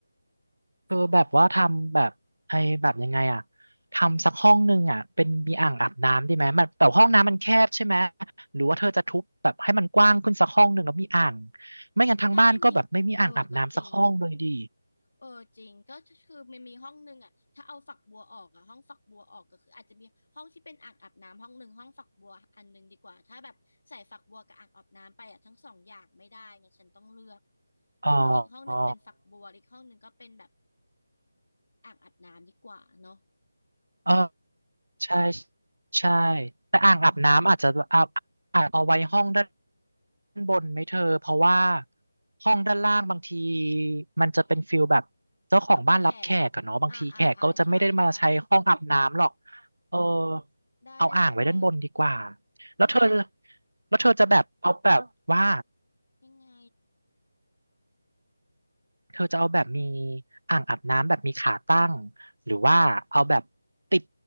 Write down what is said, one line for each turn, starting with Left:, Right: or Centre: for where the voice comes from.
Right: คือแบบว่าทำแบบไอ้แบบยังไงอ่ะทำสักห้องหนึ่งอ่ะเป็นมีอ่างอาบน้ำดีไหมมันแต่ห้องน้ำมันแคบใช่ไหม หรือว่าเธอจะทุบแบบให้มันกว้างขึ้นสักห้องหนึ่งแล้วมีอ่างไม่งั้นทางบ้านก็แบบไม่มีอ่างอาบน้ำสักห้องเลยดี
Left: ถ้าไม่มีเออก็จริงเออจริงก็คือมันมีห้องหนึ่งอ่ะถ้าเอาฝักบัวออกอ่ะห้องฝักบัวออกก็คืออาจจะมีห้องที่เป็นอ่างอาบน้ำห้องหนึ่งห้องฝักบัวอันหนึ่งดีกว่าถ้าแบบใส่ฝักบัวกับอ่างอาบน้ำไปอ่ะทั้งสองอย่างไม่ได้ไงฉันต้องเลือก
Right: อ๋อ
Left: งั้นก็อีกห้องหนึ่งเป็นฝักบัวอีกห้องหนึ่งก็เป็นแบบ
Right: อ๋อ
Left: อ่างอาบน้ำดีกว่าเนาะ
Right: เออ ใช่ใช่แต่อ่างอาบน้ำอาจจะเอาอาจเอาไว้ห้องด้านบนไหมเธอเพราะว่าห้องด้านล่างบางทีมันจะเป็นฟิลแบบเจ้าของบ้านรับแขกอะเนาะบางทีแขกก็จะไม่ได้มาใช้ห้องอาบน้ำหรอก
Left: รับแขกอ่าอ่าอ่าใช่ใช่
Right: เออ
Left: ได้เลยเธอเออ
Right: เอาอ่างไว้ด้านบนดีกว่าแล้วเธอ
Left: เธอ
Right: แล้วเธอจะแบบเอาแบบว่า
Left: ยังไง
Right: เธอจะเอาแบบมีอ่างอาบน้ำแบบมีขาตั้งหรือว่าเอาแบบติด